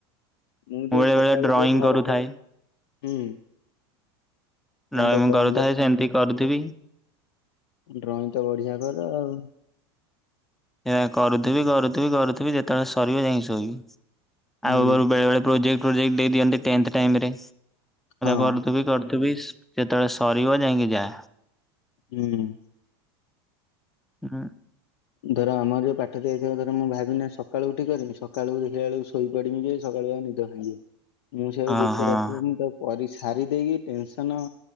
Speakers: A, on the left; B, in the centre.
A: ମୁଁ ଯେ
B: ବେଳେ
A: ସକାଲୁ
B: ବେଳେ ଡ୍ରଇଂ
A: ଠୁ ଯେ ଘର
B: କରୁଥାଏ।
A: ଛାଡୁ ହୁଁ ତମେ
B: ନାଇଁ
A: ତ
B: ମୁଁ
A: ଡ୍ରଇଂ
B: ଡରୁଥାଏ
A: ବ
B: ସେମିତି କରୁଥିବି।
A: ଡ୍ରଇଂ ତ ବଢିଆ କରେ ଆଉ
B: ଏହା କରୁଥିବି କରୁଥିବି କରୁଥିବି ଯେତେବେଳେ ସରିବ ଯାଇ କି ଶୋଇବି।
A: ହୁଁ
B: ଆଉ ବେଳେ ବେଳେ ପ୍ରୋଜେକ୍ଟ ପ୍ରୋଜେକ୍ ଦେଇ ଦିଅନ୍ତି ତେଣ୍ଟ ଟାଇମ୍ ରେ
A: ହଁ
B: କରୁଥିବି କରୁଥିବି ତୁବିସ ଯେତେବେଳେ ସରିବ ଯାଇ କି ଯା
A: ହୁଁ।
B: ହୁଁ।
A: ଧର ଆମର ଯଉ ପାଠ ଦିଆଯାଇ ଧର ମୁଁ ଭାବି ନିଅ ସକାଳୁ ଉଠିି କରି ସକାଳୁ ଦେଖିଲା ବେଳକୁ ଶୋଇ ପଡିବି ଯେ ସକାଳୁ ଆ ନିବି ମୁଁ ସେୟାକୁ
B: ହଁ
A: ଯେତେ
B: ହଁ।
A: ରାତି ହଉ ମୁ ତକୁ କରି ସାରି ଦେଇକି ଟେନସନ